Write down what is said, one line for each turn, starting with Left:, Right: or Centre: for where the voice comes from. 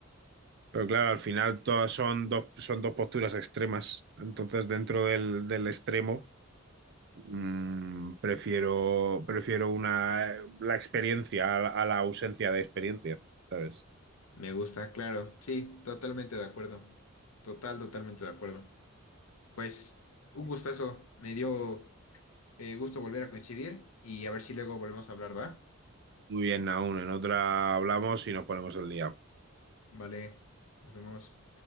Right: Pero claro, al final todas son dos, son dos posturas extremas. Entonces, dentro del, del extremo. Mm, prefiero, prefiero una, eh, la experiencia a, la a la ausencia de experiencia, ¿sabes?
Left: Me gusta, claro. Sí, totalmente de acuerdo. Total, totalmente de acuerdo. Pues un gustazo. Me dio eh, gusto volver a coincidir y a ver si luego volvemos a hablar, ¿va?
Right: Muy bien, aún en otra hablamos y nos ponemos el día.
Left: Vale, nos vemos.